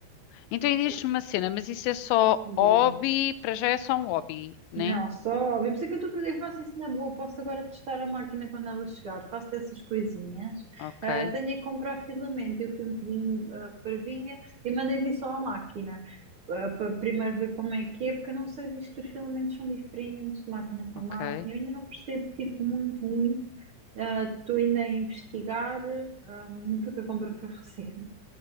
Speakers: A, on the left; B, on the right.
A: Então e
B: Sim,
A: diz-me uma cena, mas isso é só hobby,
B: diz-me.
A: para já é só um hobby, né?
B: Não, só, óbvio. Por isso é que eu estou a dizer que faço isso na boa. Posso agora testar a máquina quando ela chegar. Faço dessas coisinhas.
A: Ok,
B: Ah, tenho é que comprar filamento. Eu fui um bocadinho ah, parvinha e mandei vir só à máquina. ah, para primeiro ver como é que é, porque eu não sei se isto os filamentos são diferentes de máquina para
A: ok,
B: máquina. Eu ainda não percebo, tipo, muito, muito. Ah, Estou ainda a investigar, ahm, porque a compra foi <laughs> recente.